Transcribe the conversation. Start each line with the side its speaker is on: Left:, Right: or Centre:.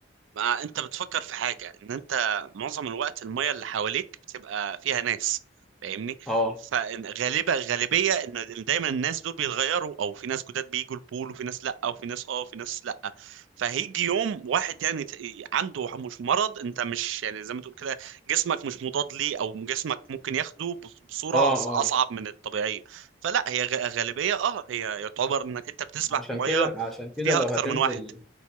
Right: ما انت بتفكر في حاجة ان انت معظم الوقت المية اللي حواليك بتبقى فيها ناس فاهمني
Centre: اه
Right: فغالبا غالبية ان إن دايما الناس دول بيتغيروا او في ناس جداد بيجوا البول وفي ناس لا وفي ناس اه وفي ناس لا فهيجي يوم واحد يعني ت- عنده مش مرض انت مش يعني زي ما تقول كده جسمك مش مضاد ليه او جسمك ممكن ياخده بص- بصورة
Centre: اه
Right: أص-
Centre: اه
Right: اصعب من الطبيعية فلا هي غ- غالبية اه هي يعتبر انك انت بتسبح
Centre: عشان
Right: في مية
Centre: كده عشان كده
Right: فيها
Centre: لو
Right: اكتر
Centre: هتنزل
Right: من واحد